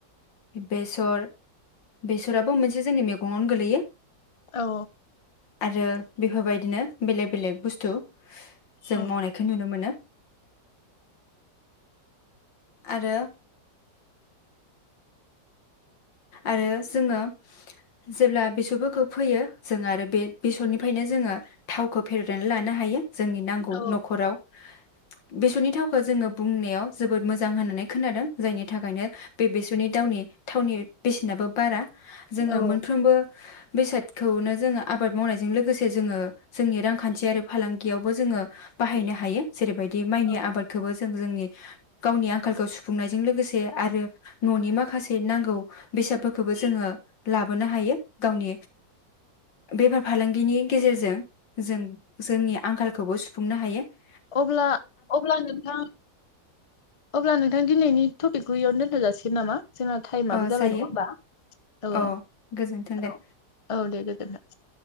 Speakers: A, on the left; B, on the left.
A: बेसर बेसराबो मोनसे जोंनि मेगङावनो गोलैयो ।
B: औ
A: आरो बेफोरबायदिनो बेलेग बेलेग बुस्थु जों
B: औ
A: मावनायखौ नुनो मोनो । आरो आरो जोङो जेब्ला बेसरफोरखौ फोयो जों आरो बे बेसरनिफायनो जोङो थावखौ <unintelligible> लानो हायो जोंनि नांगौ
B: औ
A: न'खराव । बेसरनि थावखो जोङो बुंनायाव जोबोद मोजां होननानै खोनादों । जायनि थाखायनो बे बेस <unintelligible> दावनि थावनि बेसेनाबो बारा । जोङो
B: औ
A: मोनफ्रोमबो बेसादखौनो जोङो आबाद मावनायजों लोगोसे जोङो जोंनि रांखान्थियारि फालांगियावबो जोङो बाहायनो हा हायो जेरैबायदि माइनि
B: औ
A: आबादखौबो ज जों जोंनि गावनि आंखालखौ सुफ फुंनायजों लोगोसे आरो न'नि माखासे <unintelligible> नांगौ बेसादफोरखौबो जोङो लाबोनो हायो । गावनि बेफार फालांगिनि गेजेरजों जों जोंनि आंखालखौबो सुफ फुंनो हायो ।
B: अब्ला अब्ला नोंथां अब्ला नोंथां दिनैनि थफ गयावनो दोन्थ'जासिगोन नामा? जोंहा टाइमाबो
A: ओ
B: जाबाय
A: जायो
B: नङा होमबा औ
A: अ गोजोन्थों
B: औ
A: दे
B: औ दे गोजोन्थों ।